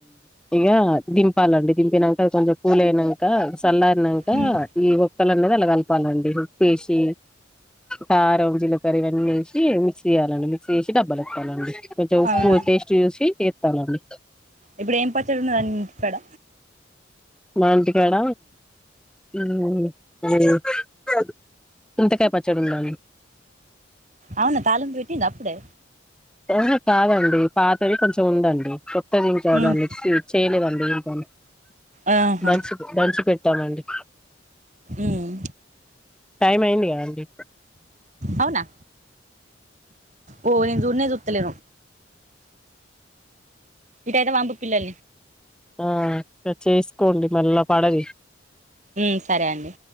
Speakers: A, in the centre; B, on the right.
A: ఇగా దింపాలండి దింపినంక కొంచెం కూలయినంక సల్లారినంక
B: హ్మ్.
A: ఈ ఒక్కలు అన్నది అల్ల కలపాలండి ఉప్పేసి కారం జీలకర్ర ఇవన్నీ ఎసి మిక్స్ చేయ్యాలండి మిక్స్ చేసి డబ్బలు ఎత్తుకోవాలండి కొంచెం ఉప్పు
B: అవునా!
A: టేస్ట్ చూసి పరారీ
B: ఇప్పుడేం పచ్చడి ఉన్నదండి ఇంటికాడ?
A: మా ఇంటికాడ <unintelligible> చింతకాయ పచ్చడి ఉందాండి
B: అవునా తాలింపు వేట్టింద అప్పుడే
A: ఆహా కాదండి పాతది కొంచెం ఉందండి <unintelligible> చారనికి
B: హ్మ్.
A: చేలి వందిరు పని
B: ఆహా!
A: మంచిది దంచి పెట్టమండి
B: ఉమ్
A: టైం అయింది కదా అండి
B: అవునా ఓ ని సుడానే చూతలే ఇద అతే వాంపుల్నే
A: ఆ ఇ చేసుకోండి మళ్ళా పడది
B: ఉమ్ సరే అండి